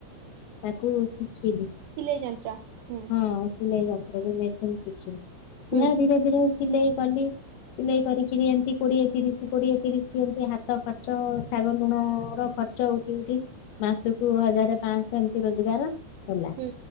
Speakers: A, on the left; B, on the right.
A: ତାକୁ ଶିଖିଲି।
B: ସିଲେଇ ଯନ୍ତ୍ର। ହୁଁ
A: ହଁ ସିଲେଇ ଯନ୍ତ୍ର ଯୋଉ ମେସିନ୍ ଶିଖିଲି। ପିଲା
B: ହୁଁ
A: ଧୀରେ ସେଥିରେ ସିଲେଇ କଲି ସିଲେଇ କରିକିରି ଏମିନ୍ତି କୋଡିଏ, ତିରିଶ, କୋଡିଏ, ତିରିଶ ଏମତି। ହାତ ଖର୍ଚ୍ଚ, ଶାଗ ଲୁଣର ଖର୍ଚ୍ଚ ଚଉକି ଉଠି ମାସକୁ
B: ହୁଁ
A: ହଜାର, ପାଞ୍ଚଶହ ଏମତି ରୋଜଗାର ହେଲା।
B: ହୁଁ।